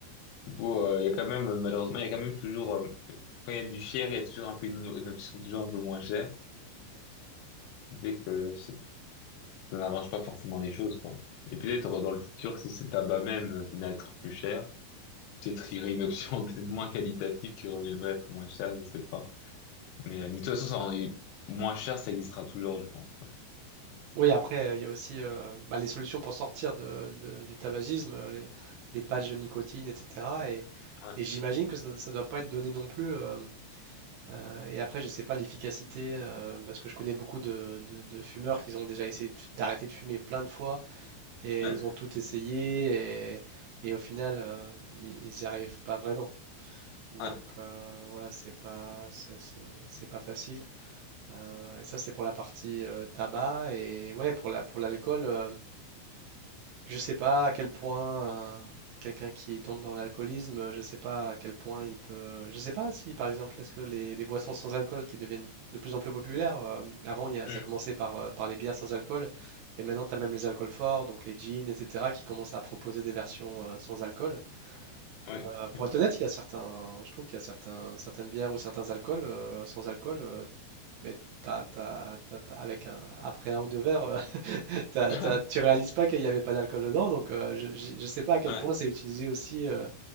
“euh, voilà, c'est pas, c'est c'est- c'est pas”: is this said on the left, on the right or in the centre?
Right